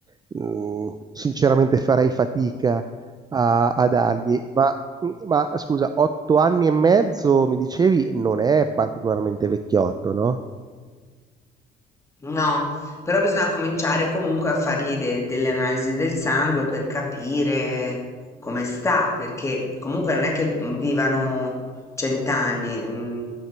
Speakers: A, on the right; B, on the left.
A: mh, sinceramente farei fatica a, a dargli. Ma, ma scusa, otto anni e mezzo mi dicevi non è particolarmente vecchiotto, no?
B: No, però bisogna cominciare comunque a fargli de- delle analisi del sangue per capire come sta, perché comunque non è che mm, vivano cent'anni, mm,